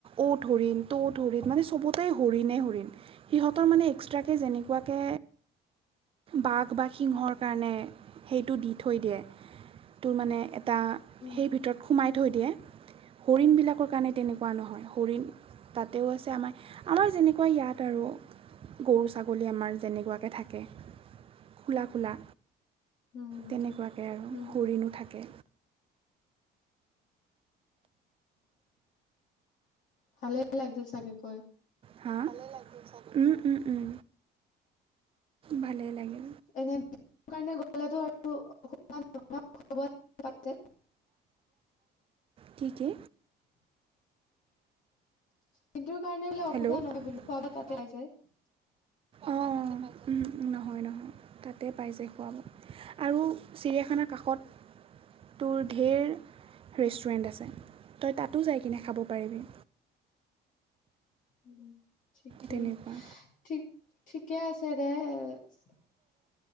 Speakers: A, on the right (about 30°); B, on the left (about 45°).
A: অত হৰিণ তত হৰিণ মানে চবতে হৰিণে হৰিণ সিহঁতৰ মানে এক্সট্ৰাকে যেনে কোৱাকে বাঘ বা সিংহৰ কাৰণে সেইটো দি থৈ দিয়ে তোৰ মানে তটা
B: উম,
A: সেই ভিতৰত সোমাই থৈ দিয়ে হৰিণ বিলাক কাৰণে তেনেকুৱা নহয় হৰিণ তাতেও আছে আমাৰ আমাৰ যেনেকুৱা ইয়াত আৰু গৰু ছাগলী ছাগলী আমাৰ যেনেকুৱাকৈ থাকে খোলা খোলা।
B: উম,
A: তেনেকুৱাকে আৰু
B: উম,
A: হৰিণো থাকে
B: ভালে লাগিল চাগে গৈ
A: হাঁ উম উম উম ভালেই লাগে
B: এনে <unintelligible> আৰু <unintelligible> <unintelligible> সেইটোৰ কাৰণে বোলে
A: কি
B: অসুবিধা
A: কি
B: নহয় বো খোৱা ব
A: হেল্ল'
B: তাতে
A: সেইটো
B: আ যায়
A: অঁ অঁ নহয় নহয় তাতে পাইছে খোৱাব আৰু চিৰিয়াখানাৰ কাষত তোৰ ঢেৰ ৰেষ্টুৰেণ্ট আছে তই তাতো যাই কিনে খাব পাৰিবি
B: উম <unintelligible> ঠিকেই
A: তেনেকুৱা
B: ঠিক ঠিকে আছে দে ঠিকে আছে <unintelligible>